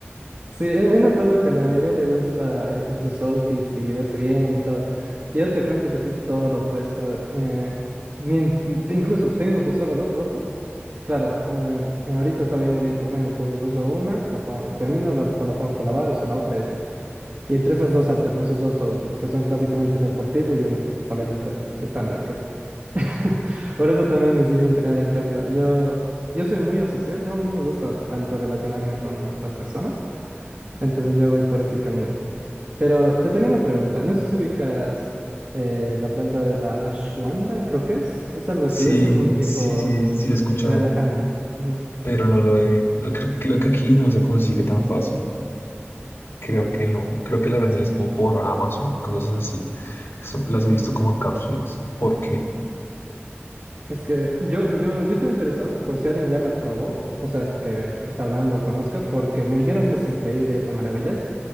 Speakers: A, on the right; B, on the left.
A: Sí, he, he notado que a la mayoría le gusta elegir sus outfits y verse bien y todo. Yo te cuento que soy todo lo opuesto. eh, mien- incluso tengo dos- solo dos ropas. Claro, eh, ahorita estaba yendo día por medio, entonces uso una, la pongo- termino, la, la pongo para lavar, uso la otra y así. Y entre esas dos alterno, esos dos outfits, que son básicamente un deportivo y una polerita estándar casi. <laughs> Por eso también decidí entrenar en casa. Yo, yo soy muy asocial, no, no me gusta tanto relacionarme con las personas. Entonces yo voy por ese camino. Pero te tenía una pregunta. No sé si ubicas eh, la planta de la ashwanda, creo que es. Es algo
B: Sí,
A: así, es un tipo
B: sí, sí, sí lo he escuchado,
A: relajante. Ujú.
B: pero no lo he, no creo, creo que aquí no se consigue tan fácil. Creo que no, creo que las venden es como por Amazon y cosas así. eso las he visto como en cápsulas. ¿Por qué?
A: Es que yo, yo, yo estaba interesado por si alguien ya la probó, o sea, que está hablando o conozca, porque me dijeron que es increíble y hace maravillas.